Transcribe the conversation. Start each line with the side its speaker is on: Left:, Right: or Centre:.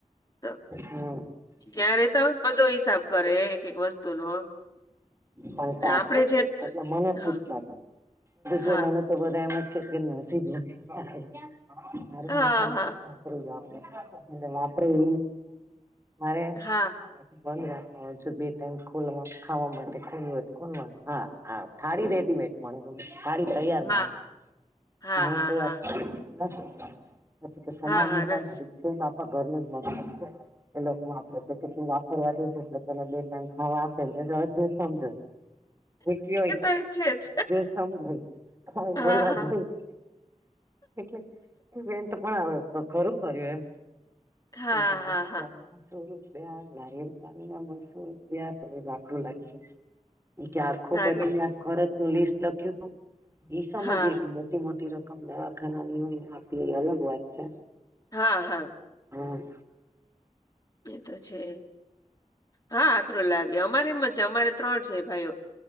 Left: તો.
Right: હમ
Left: ત્યાં રેતા હોય બધો હિસાબ કરે એક એક વસ્તુનો.
Right: પણ તા
Left: આપડે
Right: કોને
Left: છે ત
Right: એટલે મને
Left: હા
Right: પૂછ તો
Left: હા
Right: જો મને તો બધા એમજ કે નસીબ લખીને <unintelligible> મારી
Left: હા
Right: મ
Left: હા
Right: માત્ર એ મારે
Left: હા
Right: <unintelligible> બંધ રાખવાનું છે બે ટાઈમ ખોલ ખાવા માટે ખોલું હોય ખોલવાનું હા હા થાળી રેડીમેડ. મળે થારી તૈયાર
Left: હા
Right: મળે
Left: હા
Right: ઘણું
Left: હા
Right: તૈયાર
Left: હા
Right: <unintelligible> પછી કે તમાર
Left: હા હા
Right: મકાન
Left: રસ
Right: જ છે બાપા ઘરનું જ મકાન છે. એ લોકોક આપડ તો કેટ વાપરવા દેસે એટલે તને બે કઈક ખાવા આપે જે સમજો.
Left: <inaudible>
Right: કય
Left: એ તો એ છે જ
Right: જે સમજય
Left: હા
Right: બોલવા
Left: હા.
Right: જવું. એટલે બેન તો પણ આવે ખરું કર્યું એમ.
Left: હા
Right: એી
Left: હા હા
Right: જય. સો રૂપિયા નારીયલ પાણીના બસો રૂપિયા ભાગું લાગી જ. એ કે આખો
Left: લાગે
Right: પછી
Left: ને.
Right: આ ખરચ નું લિસ્ટ લખ્યું તું એ સમજીયે
Left: હા
Right: કે મોટી મોટી રકમ દવાખાના ની હોય ને આપ એ અલગ વાત છે.
Left: હા હા.
Right: હમ.
Left: એ તો છે. હા આકરું લાગે અમારેમ જ છે અમારે ત્રણ છે ભાઈઓ